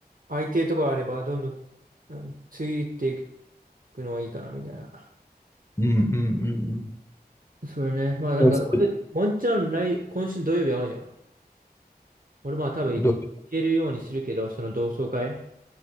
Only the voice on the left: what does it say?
うんうんうん
うん。そして
どう